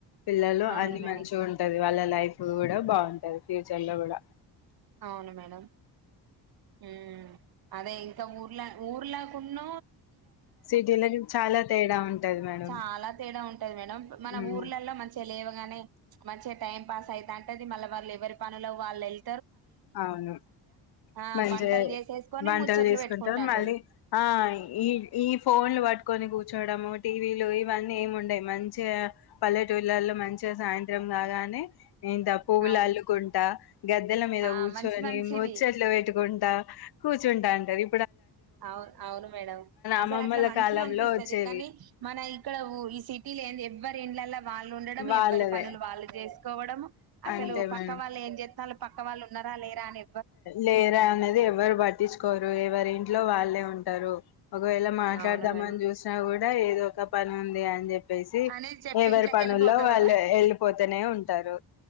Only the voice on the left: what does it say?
పిల్లలు
అన్ని
మంచి ఉంటది వాళ్ళ లైఫ్ కూడా బాగుంటది ఫ్యూచర్ లో కూడా
సిటీలో చాలా తేడా ఉంటది మేడం.
హ్మ్
అవును
మంచిగా
వంటలు
తీసుకుంటారు
మళ్ళీ ఆ ఈ ఈ ఫోన్లుట్ కట్టుకొని కూర్చోడము టీవీలు ఇవన్నీ ఏమి ఉండయి మంచిగా పల్లెటూళ్లల్లో మంచిగా సాయంత్రం కాగాని ఇంత పువ్వులు
అల్లుకుంటా గగాద్ద మీద
కూర్చొని
ముచ్చట్లు పెట్టుకోం త కూర్చుట ఉంటాంటరి
అమ్మమ్మల
కాలంలో
వచ్చేవి
వాళ్ళదే
అంతే
మేడం
లేరా అనేది ఎవరు ప పట్టించుకోరు ఎవరెంటి ఇంట్లో లో వాళ్ళే ఉంటారు ఒకవేళ మాట్లాడదాంని
చూసినా కూడా ఏదో ఒక పని ఉంది అని చెప్పేసి
ఎవరి
పనుల్లో
వాళ్ళు వెళ్ళిపోతేనే ఉంటారు